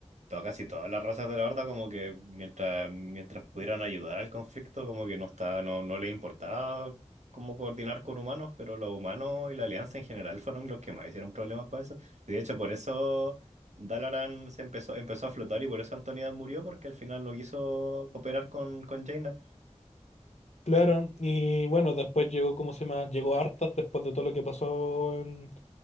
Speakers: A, on the right; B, on the left.
A: to- casi todas las razas de la Horda, como que mientras, mientras pudieran ayudar al conflicto, como que no estaba, no, no les importaba cómo coordinar con humanos, pero los humanos y la Alianza en general fueron los que más hicieron problemas para eso. Y de hecho, por eso Dalaran se empezó, empezó a flotar y por eso Antonida murió, porque al final no quiso cooperar con, con Jaina.
B: Claro, y bueno, después llegó, ¿cómo se llama? Llegó Arthas después de todo lo que pasó en,